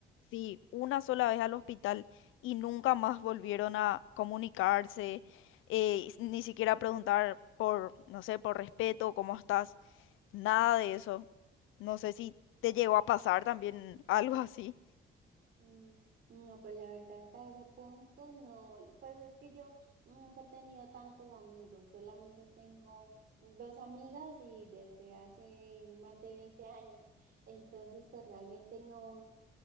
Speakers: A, on the left (about 85°); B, on the right (about 70°).
A: sí, una sola vez al hospital y nunca más volvieron a comunicarse, eh, s- ni siquiera preguntar por, no sé, por respeto, cómo estás, nada de eso. No sé si te llegó a pasar también <laughs> algo así.
B: Mm, no, pues la verdad hasta ese punto no, pues es que yo nunca he tenido tantos amigos, solamente tengo dos amigas y desde hace más de 20 años, entonces pues realmente no.